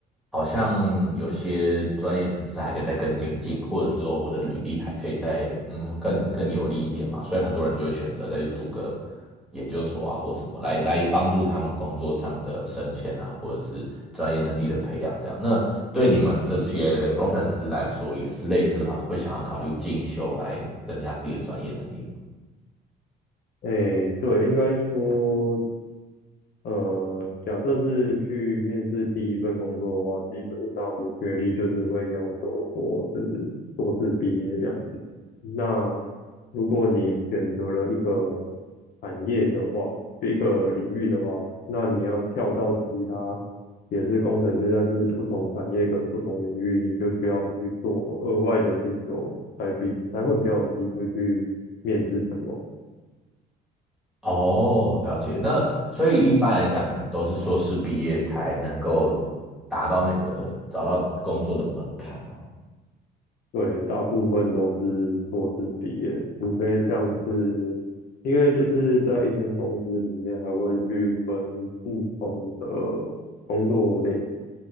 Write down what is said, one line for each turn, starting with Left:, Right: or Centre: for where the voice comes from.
Centre: 好像有些专业知识还可以再更精进，或者是说我的履历还可以再嗯更更有利一点嘛，所以很多人就会选择再去读个研究所啊或什么来来帮助他们工作上的升迁啊，或者是专业能力的培养这样。那对你们这些工程师来说也是类似的吧？会想要考虑进修来增加自己的专业能力吗？
Left: 哎，对，应该说，呃，假设是去面试第一份工作的话，基本上学历就是会要求说是硕士毕业这样。那如果你选择了一个产业的话，就一个领域的话，那你要跳到其他也是工程师，但是不同产业跟不同领域，你就需要去做额外的进修，才比才会比较有机会去面试成功。
Centre: 哦，了解。那所以一般来讲，你们都是硕士毕业才能够达到那个找到工作的门槛吗？
Left: 对，大部分都是硕士毕业，除非像是因为就是在一间公司里面还会去分不同的。工作类。